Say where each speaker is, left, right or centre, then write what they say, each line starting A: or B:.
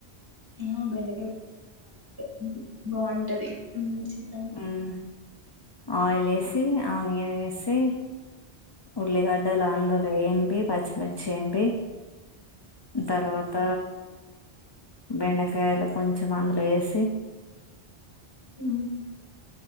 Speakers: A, on the right (about 20°); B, on the left (about 35°).
A: ఉమ్ బెండ <unintelligible> <unintelligible> ఉమ్ చెప్పండి
B: ఉమ్ ఆయిల్ వేసి ఆనియన్ వేసి ఉల్లిగడ్డలు అందులో వేంపి పచ్చిమిర్చి వేంపి తర్వాత బెండకాయలు కొంచెం అందులో వేసి
A: హ్మ్మ్